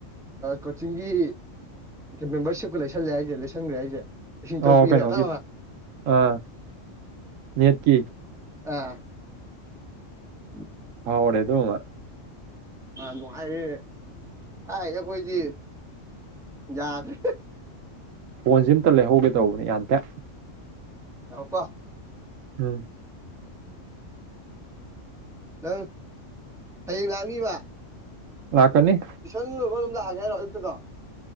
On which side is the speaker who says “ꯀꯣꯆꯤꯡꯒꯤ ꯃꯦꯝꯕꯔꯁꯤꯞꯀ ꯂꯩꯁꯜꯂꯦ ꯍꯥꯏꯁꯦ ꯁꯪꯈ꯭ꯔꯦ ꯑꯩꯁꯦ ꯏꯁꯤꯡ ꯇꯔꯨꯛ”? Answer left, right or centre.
Centre